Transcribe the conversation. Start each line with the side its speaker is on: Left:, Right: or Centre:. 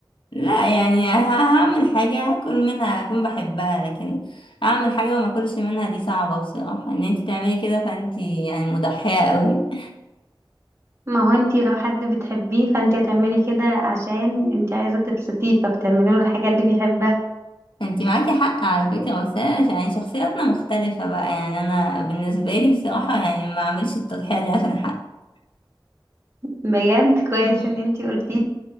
Left: لا يعني <laughs> ه- هعمل حاجة هاكل منها هكون بحبها لكن اعمل حاجة وما اكلش منها دي صعبة بصراحة ان انتي تعملي كده فانتي يعني مضحية قوي
Right: ما هو انتي لو حد بتحبيه فانتي هتعملي كده عشان انتي عايزة تبسطيه فبتعملي له الحاجات اللي بيحبها
Left: انت معاكي حق على فكرة بس أنا يعني شخصياتنا مختلفة بقى يعني انا بالنسبة لي بصراحة يعني ما اعملش التضحية دي عشان حق
Right: <laughs> بجد كويس
Left: <laughs>
Right: ان انتي قلتيه